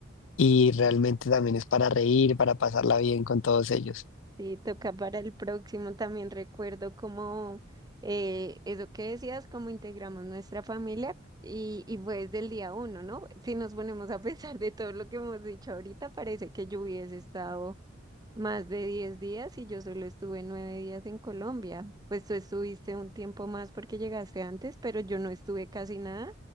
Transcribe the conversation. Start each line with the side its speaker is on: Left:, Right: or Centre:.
Left: y realmente también es para reír, para pasarla bien con todos ellos.
Right: Sí, toca para el próximo. También recuerdo como eh, eso que decías, cómo integramos nuestra familia y, y fue desde el día uno, ¿no? Si nos ponemos a <laughs> pensar de todo lo que hemos dicho ahorita, parece que yo hubiese estado más de diez días y yo solo estuve 9 días en Colombia. Pues tú estuviste un tiempo más porque llegaste antes, pero yo no estuve casi nada